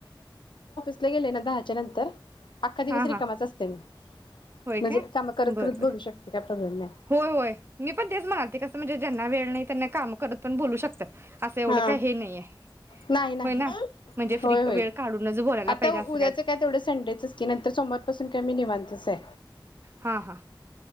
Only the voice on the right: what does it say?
हा
हा
होय
काय
बरबर
होय होय मी पण तेच म्हणालते कस म्हणाजे ज्यांना वेळ नाही काम करत पण बोलू शकतात असं एवढं
काय हे नाहीये
होय ना म्हणजे फ्री
वेळ काढूनच बोलायला
पाहिजे
असं
हा हा